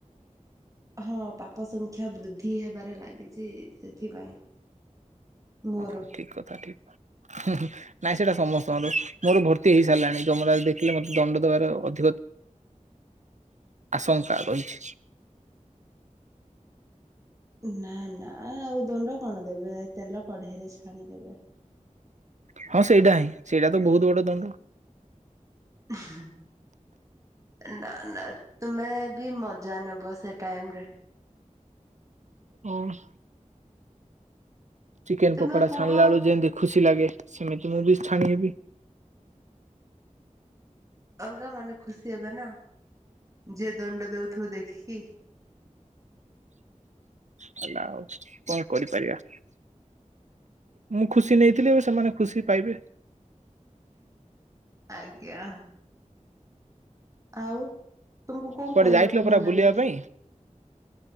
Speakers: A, on the right; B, on the right.
A: ହଁ, ପାପ ସଂଖ୍ୟା ବୃଦ୍ଧି ହେବାରେ ଲାଗିଛି ସେଥିପାଇଁ ମୋର।
B: ହଁ, ଠିକ କଥା ଠିକ ନାଇଁ ସେଇଟା ସମସ୍ତଙ୍କର ମୋର ଭୋ କ୍ଷତି ହେଇସାରିଲାଣି ଯମରାଜ ଦେଖିଲେ ମୋତେ ଦଣ୍ଡ ଦବାର ଅଧିକ ଆଶଙ୍କା ରହିଛି।
A: ନା, ନା, ଆଉ ଦଣ୍ଡ କଣ ଦେବେ ତେଲ କଢେଇରେ ଛାଣିଦେବେ।
B: ହଁ, ସେଇଟା ହିଁ ସେଇଟା ତ ବହୁତ ବଡ ଦଣ୍ଡ।
A: ଉଁ ହଁ। ନା, ନା ତୁମେ ବି ମଜା ନେବ ସେ ଟାଇମରେ।
B: ଉଁ ହଁ। ଚିକେନ
A: ତୁମେ
B: ପକୋଡ଼ା
A: କୁହ
B: ଛାଣିଲା ବେଳେ ଯେମିତି ଖୁସି ଲାଗେ ସେମିତି ମୁଁ ବି ଛାଣି ହେବି।
A: ଅଲଗା ମାନେ ଖୁସି ହେବେ ନା, ଯିଏ ଦଣ୍ଡ ଦେଉଥିବ ଦେଖିକି।
B: ହେଲା ଆଉ କଣ କରିପାରିବା? ମୁଁ ଖୁସି ନେଇଥିଲି ଏବେ ସେମାନେ ଖୁସି ପାଇବେ।
A: ଆଜ୍ଞା! ଆଉ ତୁମକୁ କଣ
B: କୁଆଡେ
A: କରିବାକୁ
B: ଯାଇଥିଲ
A: ଭଲ
B: ପରା
A: ଲାଗେଏନ୍ତି?
B: ବୁଲିବା ପାଇଁ